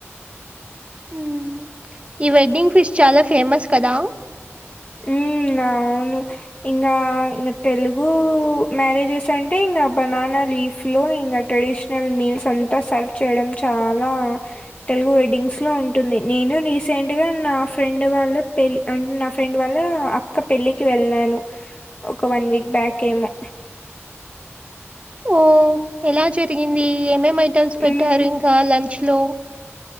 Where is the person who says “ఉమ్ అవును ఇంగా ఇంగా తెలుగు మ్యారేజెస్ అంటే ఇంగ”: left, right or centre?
Left